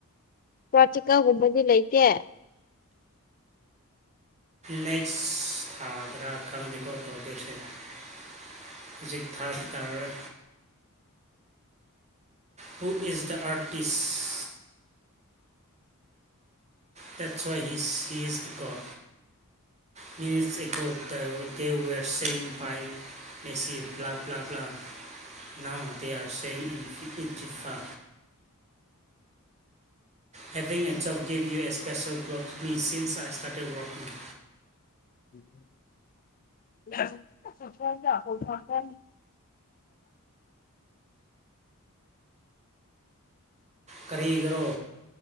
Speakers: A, on the left; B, on the right.
A: ꯄꯋꯥꯇꯤꯀ ꯍꯣꯃꯗꯤ ꯂꯩꯇꯦ
B: ꯅꯦꯛꯁ ꯊꯥꯗ꯭ꯔꯥ ꯈꯪꯅꯤꯀꯣ ꯇꯧꯗꯣꯏꯁꯦ ꯍꯧꯖꯤꯛ ꯊꯥꯗꯤ ꯇꯥꯔꯔꯣꯏ ꯍꯨ ꯏꯖ ꯗ ꯑꯥꯔꯇꯤꯁ ꯇꯠꯁꯏ ꯍꯥꯏ ꯏ ꯍꯤꯁꯤꯁ ꯀꫭ ꯄ꯭ꯂꯤꯁ ꯑꯦꯒꯣ ꯗꯣ ꯗꯦ ꯋꯦꯔ ꯁ ꯕꯥꯏ Messi love love love now there saying in ꯐꯤꯀꯤꯛ FIFA having ꯑꯦꯠꯖꯕ ꯒꯤꯞ ꯌꯨ ꯑꯦ ꯏꯁꯄ꯭ꯔꯦꯁꯣ ꯒ꯭ꯂꯣꯞ ꯃꯤ ꯁꯤꯟꯁ ꯏꯁꯇꯥꯔꯇꯦꯁ ꯋꯥꯋꯁꯅꯤ
A: <inaudible> ꯁꯁꯟ ꯎꯠ ꯆ ꯆ
B: ꯀꯔꯤꯒꯔꯣ